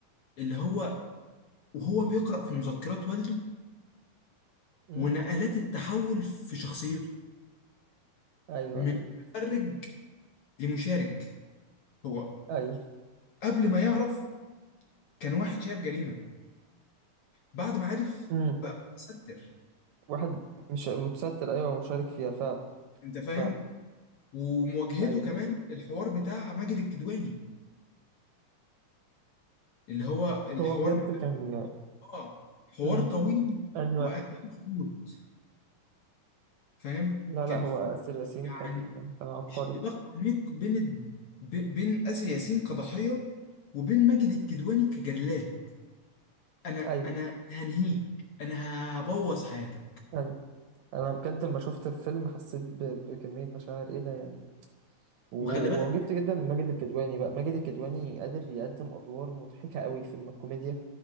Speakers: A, on the left; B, on the right.
A: اللي هو وهو بيقرأ في مذكرات والده
B: امم
A: ونقلات التحول في شخصيته
B: ايوه
A: من
B: ايوه
A: متفرج لمشارك هو
B: ايوه
A: قبل ما يعرف كان واحد شايف جريمة بعد ما عرف
B: امم
A: بقى متستر
B: واحد مش متستر ايوه ومشارك فيها فعلا
A: انت فاهم
B: فعلا
A: ومواجهته
B: ايوه
A: كمان الحوار بتاع ماجد الكدواني اللي هو الحوار
B: هو بجد كان
A: اه حوار
B: امم
A: طويل
B: ايوه
A: واهدافه كتير فاهم
B: لا
A: كان
B: لا هو
A: في
B: آسر ياسين
A: يعني
B: كان كان عبقري
A: اشتباك عميق بين الد- بي- بين اسر ياسين كضحية وبين ماجد الكدواني كجلاد انا
B: ايوه
A: انا هنهيك انا هبوظ حياتك
B: ايوه انا بجد لما شفت الفيلم حسيت ب... بكمية مشاعر ايه ده يعني و-
A: وخلي بالك
B: وعجبت جدا من ماجد الكدواني بقى ماجد الكدواني قادر يقدم ادوار مضحكة قوي في الكوميديا